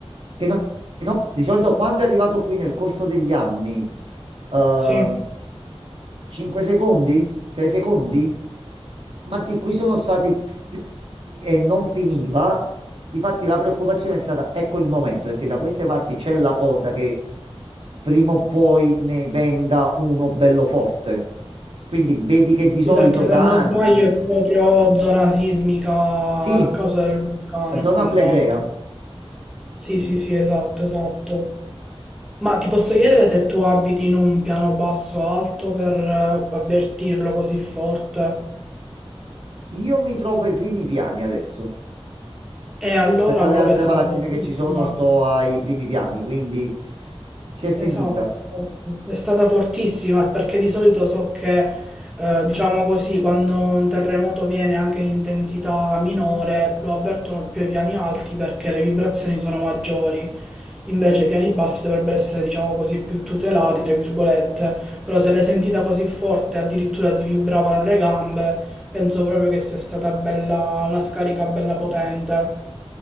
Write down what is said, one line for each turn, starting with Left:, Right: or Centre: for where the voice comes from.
Right: che non- di solito quando è arrivato qui nel corso degli anni, ehm,
Centre: sì.
Right: 5 secondi? 6 secondi? Martì, qui sono stati p- e non finiva. Difatti la preoccupazione è stata, ecco il momento, perché da queste parti c'è la cosa che prima o poi ne venga uno bello forte. Quindi vedi che di solito
Centre: Sì, perché
Right: Zona
Centre: se
Right: da
Centre: non sbaglio
Right: Flegrea. anni,
Centre: è proprio zona sismica
Right: sì,
Centre: a causa del vulcano
Right: a
Centre: e
Right: zona
Centre: quant'altro.
Right: Flegrea,
Centre: Sì, sì, sì, esatto, esatto. Ma ti posso chiedere se tu abiti in un piano basso o alto per eh, avvertirlo così forte?
Right: io mi trovo ai primi piani adesso.
Centre: E allora
Right: Rispetto alle
Centre: proprio
Right: altre
Centre: è stata
Right: palazzine
Centre: fortissima.
Right: che ci sono, sto ai primi piani, quindi si è sentita.
Centre: Esatto, esatto. è stata fortissima perché di solito so che, eh, diciamo così, quando un terremoto viene anche in intensità minore, lo avvertono più ai piani alti perché le vibrazioni sono maggiori. Invece i piani bassi dovrebbero essere, diciamo così, più tutelati, tra virgolette. Però se l'hai sentita così forte, addirittura ti vibravano le gambe, penso proprio che sia stata bella, una scarica bella potente.